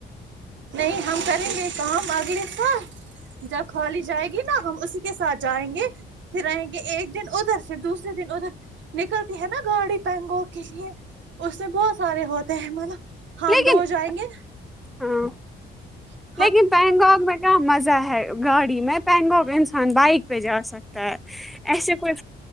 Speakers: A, on the right; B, in the centre.
A: نہیں ہم کریں گے کام اگلے سال جب کالی جائے گی نا ہم اسی کے ساتھ جائیں گے پھر رہیں گے ایک دن ادھر سے دوسرے دن ادھر نکلتی ہے نا گاڑی پہنگو کے لیے اس میں بہت سارے ہوتے ہیں مطلب ہم
B: لیکن
A: دو جائیں گے نا
B: ہاں
A: ہاں
B: لیکن بینگوک میں کیا مزہ ہے گاڑی میں بینگوک انسان بائک پہ جا سکتے تو ایسے کوئی